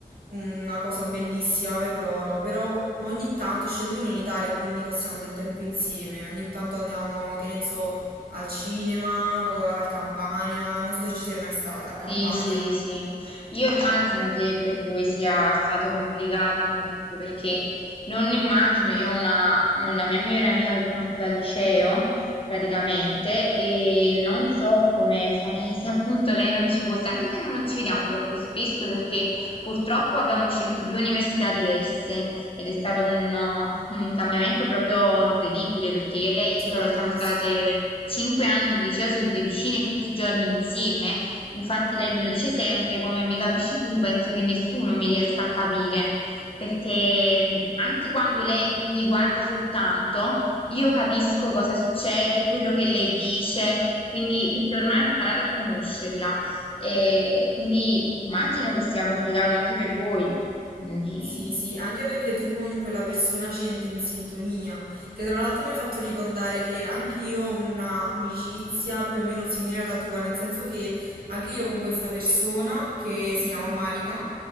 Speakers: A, on the right; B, on the left.
A: una cosa bellissima per loro. Però co- ogni tanto scendono in Italia e quindi passiamo del tempo insieme. Ogni tanto andiamo, che ne so, al cinema o al Campania. Non so se ci sei mai stata al Campania.
B: Sì, sì, sì. Io immagino che per voi sia stato complicato comunque, perché non immagino, io ho una, una mia migliore amica che conosco dal liceo, praticamente, e non so come farei <laughs> se appunto lei non ci fosse, anche se noi non ci vediamo troppo spesso, perché purtroppo abbiamo scelto due università diverse ed è stato un, uh, un cambiamento proprio incredibile, perché io e lei,
A: Ti
B: eh,
A: capisco.
B: siamo state cinque anni di liceo sedute vicine tutti i giorni insieme. Infatti lei me lo dice sempre, come mi capisci tu, penso che nessuno mi riesca a capire, perché mh, anche quando lei mi guarda soltanto, io capisco cosa succede, quello che lei dice, quindi perché ormai ho imparato a conoscerla. E quindi immagino che sia complicato anche per voi. Quindi...
A: Sì, sì, anche perché tu con quella persona ci entri in sintonia, che tra l'altro mi hai fatto ricordare che anche io ho un'amicizia più o meno simile alla tua, nel senso che anche io con questa persona che
B: Mhm.
A: si chiama Marica,